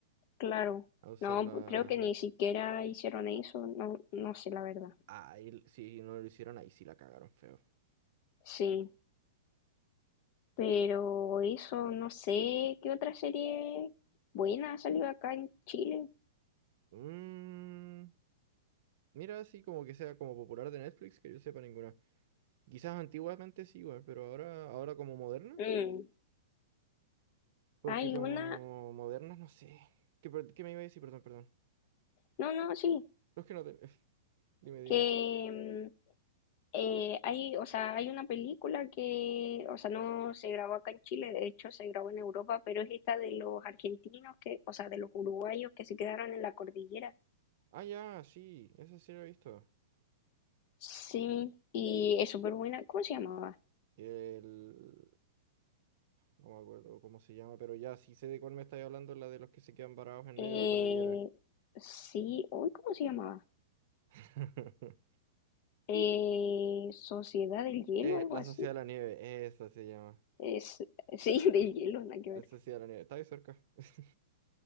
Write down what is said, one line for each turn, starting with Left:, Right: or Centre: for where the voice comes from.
Left: claro,
Right: a usar
Left: no,
Right: la...
Left: pues, creo que ni siquiera hicieron eso, no, no sé la verdad.
Right: Ay, si no lo hicieron, ahí sí la cagaron feo.
Left: Sí. Pero eso, no sé qué otra serie buena ha salido acá en Chile.
Right: Mm, mira, así como que sea como popular de Netflix, que yo sepa ninguna. Quizás antiguamente sí, weón, pero ahora, ahora como moderna,
Left: Mm,
Right: porque
Left: Hay
Right: como
Left: una,
Right: moderna no sé. ¿Qué, per- qué me iba a decir? Perdón, perdón.
Left: no, no, sí,
Right: No, es que no te- <laughs> Dime, dime.
Left: que mm, eh, hay, o sea, hay una película que, o sea, no se grabó acá en Chile, de hecho se grabó en Europa, pero es esta de los argentinos que, o sea, de los uruguayos que se quedaron en la cordillera.
Right: Ah, ya, sí, esa sí la he visto.
Left: Sí, y es súper buena. ¿Cómo se llamaba?
Right: El... No me acuerdo cómo se llama, pero ya sí sé de cuál me estáis hablando, la de los que se quedan varados en
Left: Eh,
Right: medio de la cordillera.
Left: sí, uy, ¿cómo se llamaba?
Right: <laughs>
Left: Eh, Sociedad del Hielo,
Right: Eh,
Left: algo
Right: La
Left: así.
Right: Sociedad de la Nieve, esa se llama.
Left: Es, sí, <laughs> de hielo, nada que ver.
Right: La Sociedad de la Nieve, está ahí cerca. <laughs>